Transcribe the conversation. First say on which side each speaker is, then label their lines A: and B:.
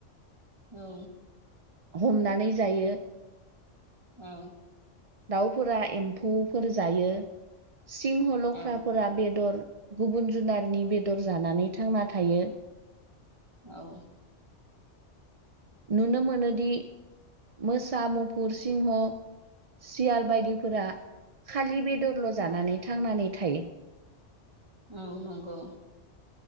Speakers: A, on the right; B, on the right.
A: औ
B: हमनानै जायो
A: औ
B: दाउफोरा एम्फौफोर जायो सिंह लख्राफोरा
A: औ
B: बेदर गुबुन जुनारनि बेदर जानानै थांना थायो
A: औ
B: नुनो मोनदि मोसा मुफुर सिंह सियाल बायदिफोरा खालि बेदर जानानै
A: औ
B: थांनानै थायो।
A: औ नंगौ।